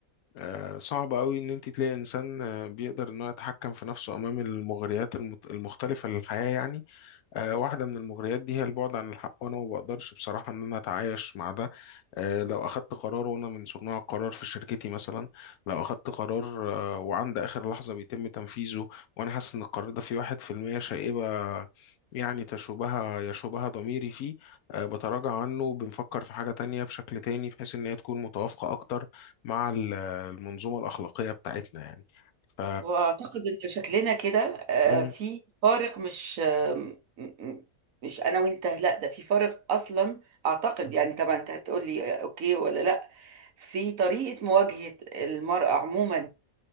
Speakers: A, on the left; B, on the right.
A: آه، صعب قوي ان انت تلاقي انسان آه، بيقدر ان هو يتحكم في نفسه امام المغريات المت- المختلفه للحياه يعني آه، واحده من المغريات دي هي البعد عن الحق وانا ما بقدرش بصراحه ان انا اتعايش مع ده آه، لو اخدت قرار وانا من صناع القرار في شركتي مثلا لو اخدت قرار آه، وعند اخر لحظه بيتم تنفيذه وانا حاسس ان القرار ده فيه واحد في المية شائبه يعني تشوبها يشوبها ضميري فيه آه، بتراجع عنه بنفكر في حاجة تانية بشكل تاني بحيث إن هي تكون متوافقة أكتر مع ال المنظومة الأخلاقية بتاعتنا يعني ف
B: واعتقد ان شكلنا كده آه،
A: مم.
B: في فارق مش آه، م- م- مش انا وانت لا ده في فارق اصلا اعتقد يعني طبعا انت هتقول لي آه، اوكي ولا لا في طريقة مواجهة المرأة عموما